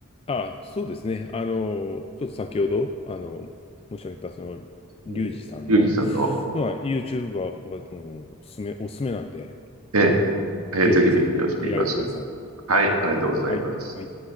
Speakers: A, on the left (about 25°); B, on the right (about 75°).
A: あ、そうですね。あの、ちょっと先ほど、あの、申し上げた、その、リュウジさんの、
B: うん。ユージさんの、
A: まあ、YouTube は、あの、おすすめ、おすすめなんで、
B: ええ、
A: はい。
B: ええ、
A: ぜひぜひ、
B: ぜひ勉強しています。
A: 見られてください。
B: はい、ありがとうございます。
A: はい。はい。